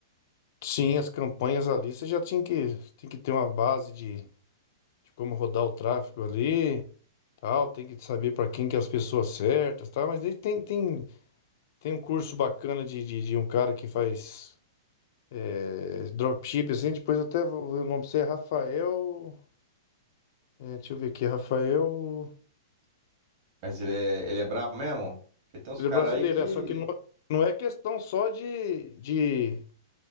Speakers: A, on the left (about 50°); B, on the right (about 40°).
A: sim, as campanhas ali, você já tinha que, tem que ter uma base de, de como rodar o tráfego ali, tal, tem que saber para quem que é as pessoas certas, tá? Mas aí tem, tem Tem um curso bacana de, de, de um cara que faz é, dropship, assim, depois eu até vou ver o nome pra você, é Rafael. é, deixa eu ver aqui, Rafael.
B: Mas ele é, ele é brabo mesmo? Porque tem uns
A: Ele
B: caras
A: é brasileiro,
B: aí que.
A: é, só que não, não é questão só de, de,